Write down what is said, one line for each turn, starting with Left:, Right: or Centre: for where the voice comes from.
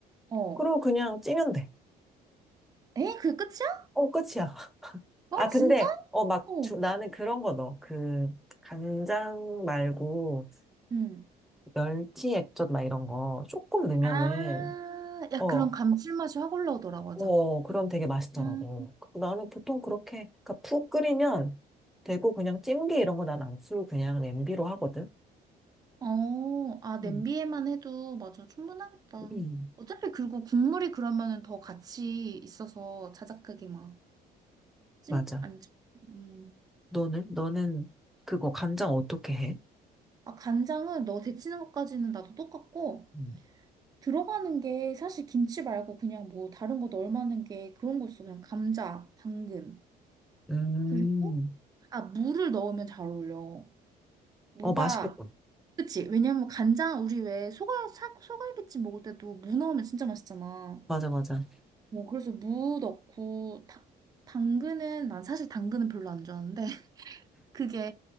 Right: 어.
Centre: 그리고 그냥 찌면 돼.
Right: 에? 그게 끝이야?
Centre: 어, 끝이야.
Right: 와,
Centre: 아,
Right: 진짜?
Centre: 근데, 어, 막,
Right: 어.
Centre: 주, 나는 그런 거 넣어. 그, 간장 말고,
Right: 음.
Centre: 멸치 액젓 막 이런 거 조금 넣으면은,
Right: 아, 야,
Centre: 어,
Right: 그런 감칠맛이 확 올라오더라, 맞아.
Centre: 어, 그럼 되게 맛있더라고.
Right: 음.
Centre: 그리고 나는 보통 그렇게, 그니까 푹 끓이면 되고, 그냥 찜기 이런 거 난 안 쓰고 그냥 냄비로 하거든.
Right: 어, 아, 냄비에만
Centre: 음,
Right: 해도, 맞아, 충분하겠다.
Centre: 음,
Right: 어차피, 그리고 국물이 그러면은 더 같이 있어서 자작하게 막 찜,
Centre: 맞아.
Right: 안, 찜- 음.
Centre: 너는? 너는 그거 간장 어떻게 해?
Right: 아, 간장은 너 데치는 것까지는 나도 똑같고,
Centre: 음,
Right: 들어가는 게 사실 김치 말고 그냥 뭐 다른 거 넣을만한 게 그런 거 있어. 그냥 감자, 당근.
Centre: 음.
Right: 그리고, 아, 무를 넣으면 잘 어울려. 무가,
Centre: 어, 맛있겠다.
Right: 그치? 왜냐면 간장, 우리 왜 소갈, 사, 소갈비찜 먹을 때도 무 넣으면 진짜 맛있잖아.
Centre: 맞아, 맞아.
Right: 뭐, 그래서 무 넣고, 다, 당근은, 난 사실 당근은 별로 안 좋아하는데, <laughs> 그게